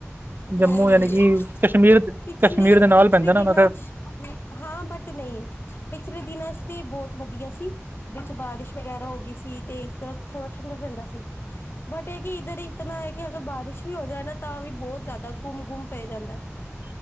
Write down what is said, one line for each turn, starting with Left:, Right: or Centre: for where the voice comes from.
Left: ਨਹੀਂ।
Right: ਜੰਮੂ ਯਾਨੀ ਕਿ ਕਸ਼ਮੀਰ
Left: ਪਿਛਲੇ-ਪਿਛਲੇ
Right: ਕਸ਼ਮੀਰ ਦੇ ਨਾਲ ਪੈਂਦਾ
Left: ਦਿਨਾਂ
Right: ਨਾ ਮੈਂ ਕਿਹਾ
Left: ਚ, ਹਾਂ ਬਟ ਨਹੀਂ, ਪਿਛਲੇ ਦਿਨਾਂ ਚ ਤੇ ਬਹੁਤ ਵਧੀਆ ਸੀ। ਵਿਚ ਬਾਰਿਸ਼ ਵਗੈਰਾ ਹੋ ਗਈ ਸੀ ਤੇ ਇਸ ਤਰ੍ਹਾਂ ਥੋੜਾ ਠੰਡਾ-ਠੰਡਾ ਸੀ। ਬਟ, ਇਹ ਕਿ ਇਧਰ ਇਤਨਾ ਹੈ। ਕਿ ਅਗਰ ਬਾਰਿਸ਼ ਵੀ, ਹੋ ਜਾਏ ਨਾ, ਤਾਂ ਵੀ ਬਹੁਤ ਜ਼- ਾਂ ਘੂਮ- ਘੂਮ, ਪੈ ਜਾਂਦਾ ਏ।